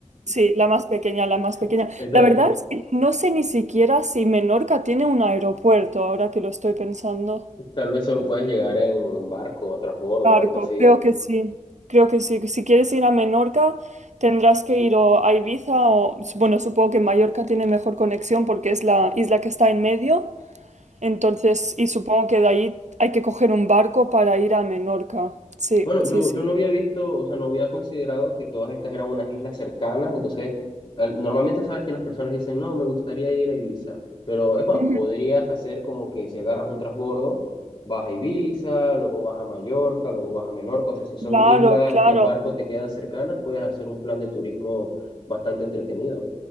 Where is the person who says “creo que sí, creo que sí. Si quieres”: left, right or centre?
Right